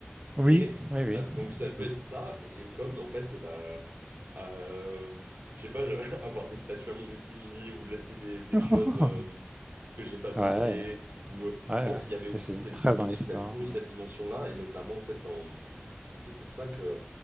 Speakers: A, on the right; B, on the right.
A: Oui,
B: Et
A: oui,
B: ça,
A: oui.
B: donc, ça peut
A: Ouais.
B: être ça. Et comme, en fait, bah, euh, je sais pas, j'avais- <laughs> avoir des statues à mon effigie ou laisser des, des
A: <laughs>
B: choses euh, que j'ai fabriquées.
A: Ouais, ouais,
B: Ou, euh,
A: ouais.
B: je
A: ouais.
B: pense qu'il y avait aussi
A: Et C'est
B: cette
A: une trace
B: dimension,
A: dans l'histoire.
B: il y a toujours eu
A: ouais.
B: cette dimension-là, et notamment, en fait, dans... c'est pour ça que